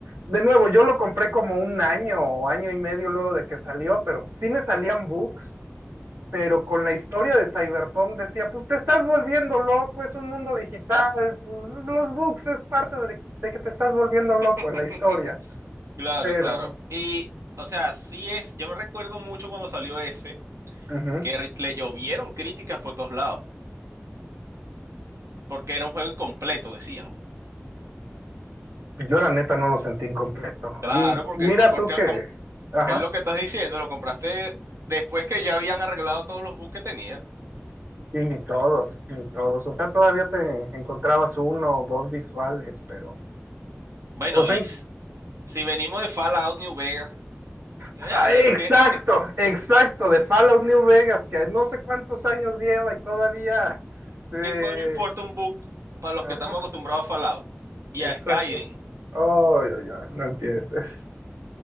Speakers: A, on the right; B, on the right.
A: de nuevo, yo lo compré como un año o año y medio luego de que salió, pero sí me salían bugs, pero con la historia de Cyberpunk decía, pues te estás volviendo loco, es un mundo digital, pues los bugs es parte de, de que te estás volviendo loco
B: <laughs>
A: en la historia,
B: Claro,
A: pero...
B: claro. Y, o sea, sí es, yo me recuerdo mucho cuando salió ese,
A: ujú,
B: que re- le llovieron críticas por todos lados, porque era un juego incompleto, decían.
A: Yo la neta no lo sentí incompleto.
B: Claro,
A: Y
B: porque,
A: mira
B: porque
A: tú que...
B: com-
A: Ajá.
B: es lo que estás diciendo, lo compraste después que ya habían arreglado todos los bugs que tenía.
A: Y ni todos, ni todos. O sea, todavía te encontrabas uno o dos visuales, pero.
B: Bueno,
A: O sea,
B: y
A: en-
B: s- si venimos de Fallout New Vegas, ¿qué,
A: ¡Ah,
B: hablas?
A: exacto,
B: ¿Qué- qué-
A: exacto, de Fallout New Vegas, que no sé cuántos años lleva y todavía. eh,
B: qué coño importa un bug para los
A: Ajá,
B: que estamos acostumbrados a Fallout y
A: exacto.
B: a Skyrim?
A: Ay, ay, ay, no empieces.